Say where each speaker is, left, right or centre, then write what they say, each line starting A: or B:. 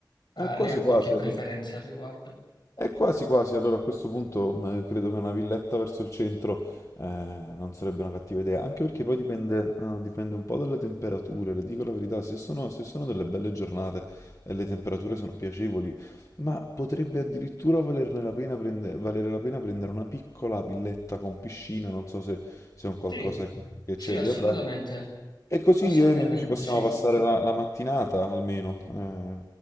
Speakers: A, on the left; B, on the left.
A: Eh,
B: Eh, quasi
A: lei ha qualche
B: quasi,
A: preferenza
B: allora.
A: al riguardo?
B: È quasi quasi, allora a questo punto eh, credo che una villetta verso il centro eh, non sarebbe una cattiva idea, anche perché poi dipende, eh, dipende un po' dalle temperature, le dico la verità, se sono, se sono delle belle giornate e le temperature sono piacevoli, ma potrebbe addirittura valerne la pena prende- valere la pena prendere una piccola villetta con piscina, non so se, se è un qualcosa
A: Sì,
B: che che
A: sì,
B: c'è
A: assolutamente.
B: lì a Bari. E così
A: Assolutamente,
B: io e i miei amici possiamo
A: sì.
B: passare la, la mattinata almeno, eh,